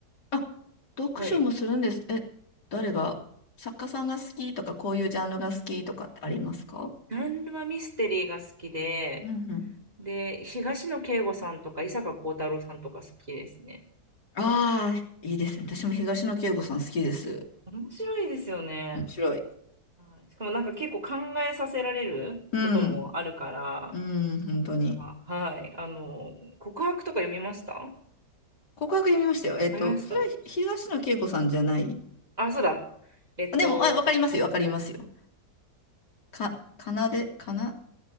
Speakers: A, on the left (about 70°); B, on the right (about 25°).
A: あ、読書もするんです。
B: はい。
A: え、誰が、作家さんが好きとかこういうジャンルが好きとかってありますか
B: ジャンルはミステリーが好きで、
A: うんうん。
B: で、東野圭吾さんとか伊坂幸太郎さんとか好きですね。
A: ああ、いいですね。私も東野圭吾さん好きです。
B: 面白いですよね。
A: 面白い。
B: はいしかもなんか結構考えさせられることもあるから、
A: うん。うん、本当に。
B: なんか、はい。あの、告白とか読みました
A: 告白読みましたよ。えっと、
B: 読みました
A: それはひ東野圭吾さんじゃない。
B: あ、そうだ。えっと、
A: あでも、あ、わかりますよ、わかりますよ。か、かなで、かな、